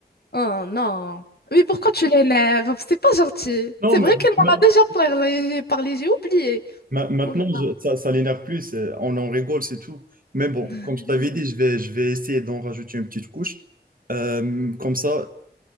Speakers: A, on the left; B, on the right.
A: Oh non. Mais pourquoi tu l'énerves? C'est pas gentil.
B: Non,
A: C'est
B: mais
A: vrai qu'elle m'en
B: ma-
A: a déjà parlé, j'ai parlé, j'ai oublié.
B: ma- maintenant,
A: Oh là là.
B: je- ça, ça l'énerve plus. c'est- On en rigole, c'est tout. Mais bon,
A: <laughs>
B: comme je t'avais dit, je vais, je vais essayer d'en rajouter une petite couche. Euh, comme ça,